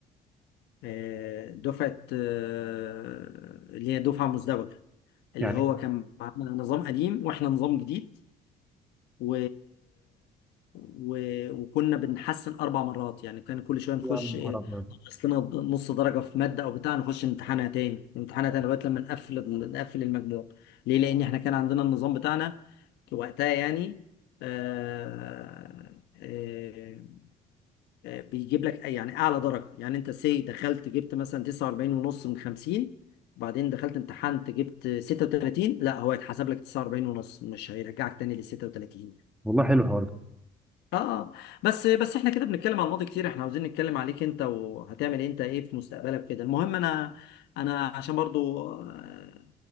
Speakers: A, on the left; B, in the centre.
A: آه، دفعه آه، اللي هي دفعه مزدوجه اللي
B: يعني
A: هو كان معانا نظام قديم واحنا نظام جديد و... و... وكنا بنحسن اربع مرات يعني كان كل شويه نخش
B: يا نهار
A: إيه،
B: ابيض
A: نقص لنا نص درجه في ماده او بتاع نخش امتحانها تاني امتحانها تاني لغايه لما نقفل ال- نقفل المجموع ليه لان احنا كان عندنا النظام بتاعنا وقتها يعني آه... آه... آه، بيجيب لك يعني اعلى درجه يعني انت سي دخلت جبت مثلا 49 ونص من 50 وبعدين دخلت امتحنت جبت 36 لا هو هيتحسب لك 49 ونص مش هيرجعك تاني لل 36
B: والله حلو الحوار ده
A: اه بس بس احنا كده بنتكلم على الماضي كتير احنا عاوزين نتكلم عليك انت وهتعمل إيه، انت ايه في مستقبلك كده المهم انا انا عشان برضو آه،